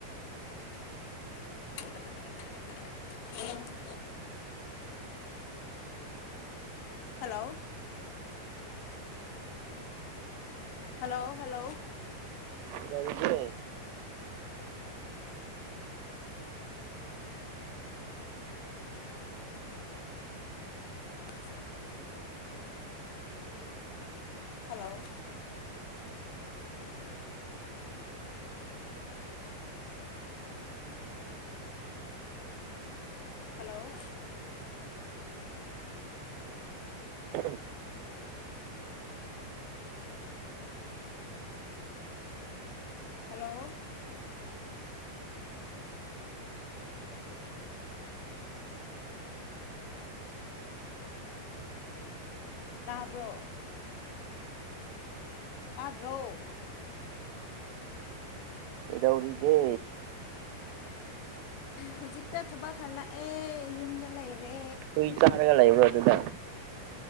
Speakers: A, on the left (about 85°); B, on the right (about 80°).
A: ꯑꯣ <inaudible> ꯍꯜꯂꯣ ꯍꯜꯂꯣ ꯍꯜꯂꯣ
B: ꯀꯩꯗꯧꯔꯤꯒ‌ꯦ
A: <unintelligible> ꯍꯜꯂꯣ ꯍꯜꯂꯣ
B: ꯎ <inaudible>
A: ꯍꯜꯂꯣ ꯇꯥꯕ꯭ꯔꯣ ꯇꯥꯗ꯭ꯔꯣ
B: ꯀꯩꯗꯧꯔꯤꯒꯦ
A: ꯍꯧꯖꯤꯛꯇ ꯊꯕꯛ ꯍꯜꯂꯛꯑꯦ ꯌꯨꯝꯗ ꯂꯩꯔꯦ
B: ꯀ꯭ꯔꯤ ꯆꯥꯔꯒ ꯂꯩꯕ꯭ꯔꯣ ꯑꯗꯨꯗ